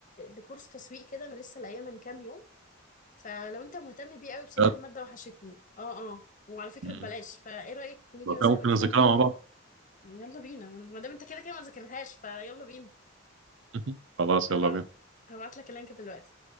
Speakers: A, on the left; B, on the right.
A: لكورس تسويق كده أنا لسه لاقياه من كام يوم فلو أنت مهتم بيه قوي بصراحة
B: بجد؟
A: المادة وحشتني اه اه وعلى فكرة
B: مم.
A: ببلاش فإيه رأيك نيجي
B: لو كان
A: مثلا
B: ممكن
A: نتفرج
B: نذاكرها مع بعض
A: يلا بينا ما دام انت كده كده ما ذاكرتهاش فيلا بينا
B: <laughs> خلاص
A: هبعت
B: يلا بينا
A: هبعت لك اللينك دلوقتي